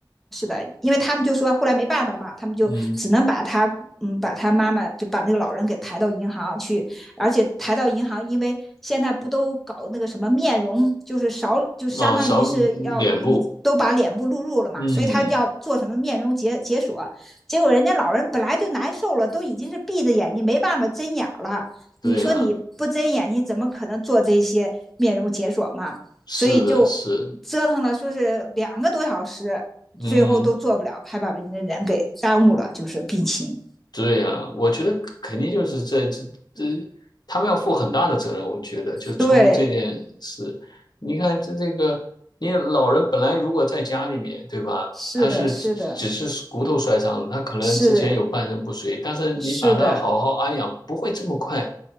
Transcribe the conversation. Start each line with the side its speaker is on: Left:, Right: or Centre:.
Centre: 是的，因为他们就说后来没办法了嘛，他们就只能把他，
Left: 嗯，
Centre: 嗯，把他妈妈就把那个老人给抬到银行去，而且抬到银行，因为现在不都搞那个什么面容，就是少，就是相当于是要以都把脸部录入了嘛，
Left: 哦，扫脸部。嗯，
Centre: 所以他要做什么面容解解锁，结果人家老人本来就难受了，都已经是闭着眼睛没办法睁眼了，
Left: 对啊，
Centre: 你说你不睁眼，睛，怎么可能做这些面容解锁嘛？
Left: 是的，
Centre: 所以就折腾了，
Left: 是，
Centre: 说是两个多小时，
Left: 嗯。
Centre: 最后都做不了，还把人家人给耽误了，就是病情。
Left: 对呀，我觉得肯定就是这这这，他们要负很大的责任。我觉得，就从这件事，
Centre: 对，
Left: 你看这这个，你老人本来如果在家里面，对吧？
Centre: 是的，
Left: 他是只是骨头摔伤了，
Centre: 是的，
Left: 他可能之前有半身不遂，
Centre: 是
Left: 但是你把他好好安养，
Centre: 是的，
Left: 不会这么快